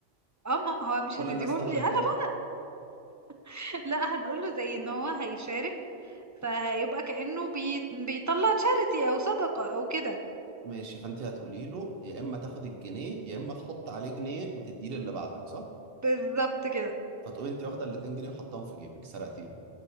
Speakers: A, on the right; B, on the right.
A: اه ما هو مش
B: كل
A: هتديهم
B: الناس هتاخد
A: لي
B: الجنيه
A: انا بقى <laughs> لا هنقوله زي ان هو هيشارك فهيبقى كأنه بي... بيطلع تشاريتي او صدقة او كده
B: ماشي فانت هتقولي له يا اما تاخد الجنيه يا اما تحط عليه جنيه وتديه للي بعدك صح
A: بالظبط كده
B: فتقوم انت واخده ال 2 جنيه وحطاهم في جيبك سرقتيهم